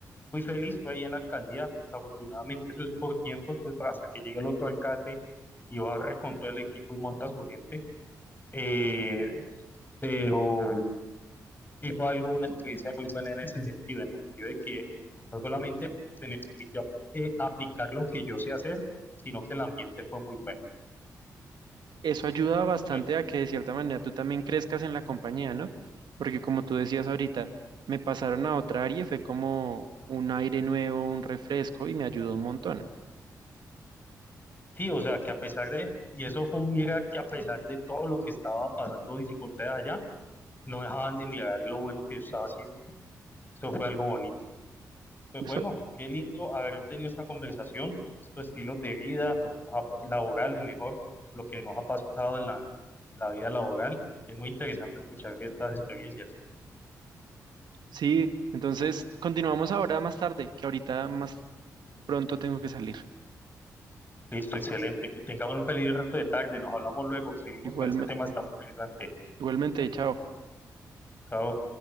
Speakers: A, on the left (about 25°); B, on the right (about 70°).
A: fui feliz, fue ahí en la alcaldía. Desafortunadamente eso es por tiempos, pues hasta que llegue el otro alcalde y barre con todo el equipo y monta su gente. Eh, pero sí fue algo, una experiencia muy buena en ese sentido, en el sentido de que no solamente se me permitió eh, aplicar lo que yo sé hacer, sino que el ambiente fue muy bueno.
B: eso ayuda bastante
A: Pues,
B: a que de cierta manera tú también crezcas en la compañía, ¿no? Porque como tú decías ahorita, me pasaron a otra área y fue como un aire nuevo, un refresco y me ayudó un montón.
A: sí, o sea, que a pesar de, y eso fue un mirar que a pesar de todo lo que estaba pasando, dificultades allá, no dejaban de mirar lo bueno que yo estaba haciendo. Eso fue algo bonito. Pues
B: Eso,
A: bueno, qué lindo haber tenido esta conversación, estos estilos de vida, lo que nos ha, laboral es mejor, lo que nos ha pasado en la, en la vida laboral. Es muy interesante escuchar estas experiencias.
B: sí, entonces continuamos ahora más tarde, que ahorita más pronto tengo que salir.
A: Listo, excelente. Que tengamos un feliz resto de tarde. Nos hablamos luego. Seguimos
B: Igual,
A: con este tema, está muy interesante.
B: igualmente, chao.
A: Chao.